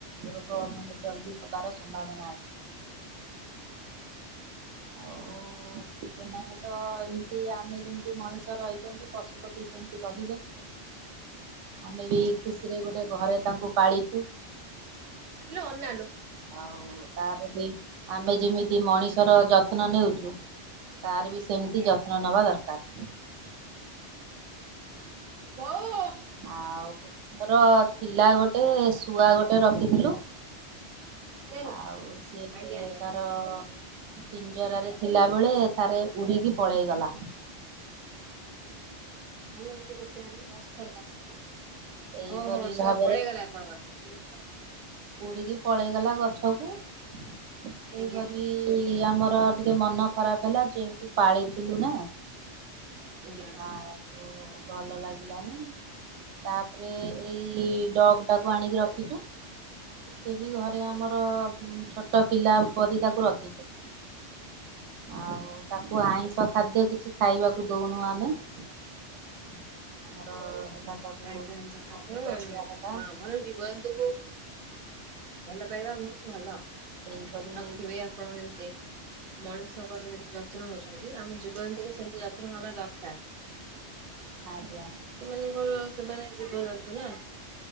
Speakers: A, on the right; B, on the right.
A: ରୋଗ ମାନେ ଜଲଦି ହବାର ସମ୍ଭାବନା ଅଛି। ଆଉ ସେମାନେ ତ କି ଆମେ ଯେମିତି ମଣିଷ ରହିଛନ୍ତି ପଶୁପକ୍ଷୀ ସେମିତି ରହିବେନି। ଆମେ ବି ଖୁସିରେ ଗୋଟେ ଘରେ ତାଙ୍କୁ ପାଳିଛୁ।
B: ଆଲୋ ଅନାଲୋ
A: ଆଉ ତାର ବି ଆମେ ଯେମିତି ମଣିଷର ଯତ୍ନ ନେଉଛୁ ତାର ବି ସେମିତି
B: ଆଜ୍ଞା
A: ଯତ୍ନ ନେବା ଦରକାର।
B: ବୋଉ
A: ଆଉ ମୋର ଥିଲା ଗୋଟେ ଶୁଆ ଗୋଟେ ରଖିଥିଲୁ
B: ନେ ନେ
A: ଆଉ ସିଏ
B: ଆଜ୍ଞା ଆଜ୍ଞା
A: ତାର
B: ନେ।
A: ପିଞ୍ଜରା ରେ ଥିଲା ବେଳେ ଥାରେ ଉଡିକି ପଳେଇଗଲା।
B: ଭଲ ଗଟେ ଗୋଟେ ଆଣି ଅଥର ବା ଖାଇ <inaudible>
A: ଏଇପରି
B: ଓହୋ ଶୁଆ
A: ଭାବରେ
B: ପଳେଇଗଲା ଆପଣଙ୍କ <inaudible>
A: ଉଡି଼କି ପଳେଇଗଲା ଗଛକୁ ସେଇପରି
B: ଆଜ୍ଞା
A: ଆମର ଟିକେ ମନ ଖରାପ୍ ହେଲା ଯେହେତୁ ପାଳିଥିଲୁ ନା।
B: ଆଜ୍ଞା।
A: ଆଉ ଭଲ ଲାଗିଲାନି ତାପରେ ଏଇ ଡଗ୍ ଟାକୁ ଆଣିକି ରଖିଛୁ ସେ ବି ଘରେ ଆମର ଛୋଟ ପିଲା ପରି ତାକୁ ରଖିଛୁ। ଆଉ ତାକୁ ଆଇଁଷ ଖାଦ୍ୟ କିଛି ଖାଇବାକୁ ଦଉନୁ ଆ <inaudible> ଆମର ହେଲା ତାକୁ
B: ଆଜ୍ଞା ଆଜ୍ଞା
A: ପନିପରିବା
B: ଆପଣ <inaudible>
A: ହେଲା
B: ଭଲ ଜୀବଜନ୍ତୁଙ୍କୁ ଭଲ ପାଇବା ବହୁତ୍
A: ସେହିପରି
B: ରଖିବେ ଆପଣ ଯେମତି ମଣିଷ ଙ୍କର ଯେମିତି ଯତ୍ନ ନଉଛନ୍ତି ଆମେ ଜୀବଜନ୍ତୁକୁ ସେମିତି ଯତ୍ନ ନବା ଦରକାର।
A: ଆଜ୍ଞା।
B: ସେମାନଙ୍କର ସେମାନେ ଜୀବଜନ୍ତୁ ନା।